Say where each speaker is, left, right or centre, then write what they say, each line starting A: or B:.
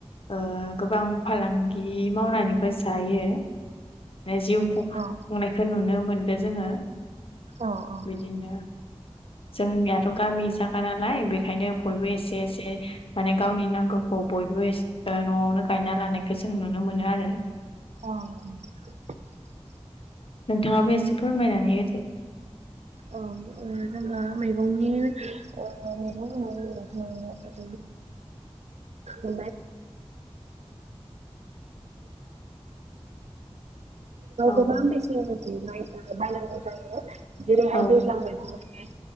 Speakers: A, on the left (about 55°); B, on the right (about 80°).
A: ओ गोबां फालांगि मावनानैबो जायो। माने जिउ
B: उम
A: खुंनायखौ
B: औ
A: नुनो मोनदों जोङो
B: औ औ।
A: बिदिनो जोंनियाथ' गामि जायगा नालाय बेखायनो बयबो एसे एसे माने गावनि नांगौखौ बयबो ओ न'आवनो गायना लानायखौ जों नुनो मोनो आरो।
B: अ'।
A: नोंथाङाबो एसे फोरमायनानै होदो।
B: औ ओ जोंहा मैगंनि ओ मैगं होनना बुङोबाथ' ओ
A: औ
B: जोंहा <unintelligible> <unintelligible> बायनांगौ जायो जेरैहाय
A: औ
B: दैज्लां मैगं उम